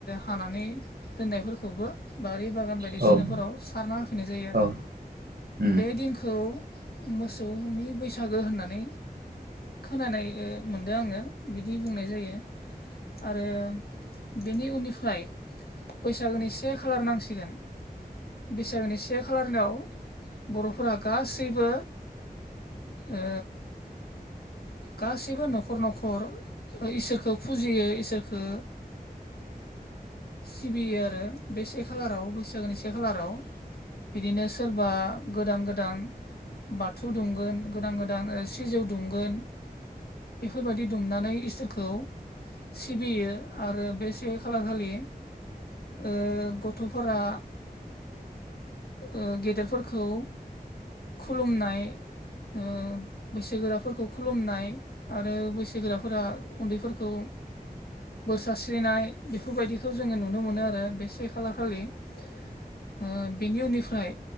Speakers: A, on the left (about 80°); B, on the right (about 75°).
A: हानानै दोननायफोरखौबो बारि बागान। बायदिसिनाफोराव
B: औ उम
A: सारना होफैनाय जायो
B: औ
A: आरो
B: औ उम औ उम औ उम औ उम औ उम औ
A: बे दिनखौ मोसौनि बैसागो होननानै खोनानाय ओ मोनदों आङो बिदि बुंनाय जायो। आरो बेनि उननिफ्राय बैसागोनि से खालार नांसिगोन बैसागोनि से खालारनाव बर'फोरा गासैबो ओ गासिबो नखर नखर ओ इसोरखौ फुजियो इसोर खो सिबियो आरो बे से खालाराव बैसागोनि से बे खालाराव बिदिनो सोर बा गोदान गोदान बाथौ दुमगोन गोदान गोदान ओ सिजौ दुमगोन। बेफोर बायदि दुमनानै इसोरखौ सिबियो आरो बे से खालार खालि ओ गथफोरा ओ गेदेरफोरखौ खुलुमनाय। ओ बैसो गोराफोरखौ खुलुमनाय आरो बैसोगोराफोरा उन्दैफोरखौ बोर सारस्रिनाय बेफोर बायदि खौ जोङो नुनो मोनो आरो बे से खालार खालि ओ बेनि उननिफ्राय